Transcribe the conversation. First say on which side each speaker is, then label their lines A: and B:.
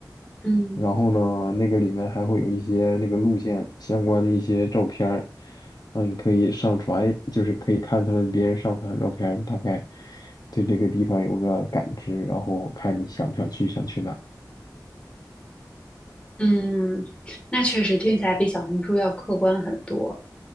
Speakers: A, on the left; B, on the left.
A: 嗯
B: 然后呢，那个里面还会有一些那个路线相关的一些照片儿，啊，你可以上传，就是可以看他们别人上传的照片儿大概对这个地方有个感知，然后看你想不想去，想去哪儿。
A: 嗯，那确实听起来比小红书要客观很多。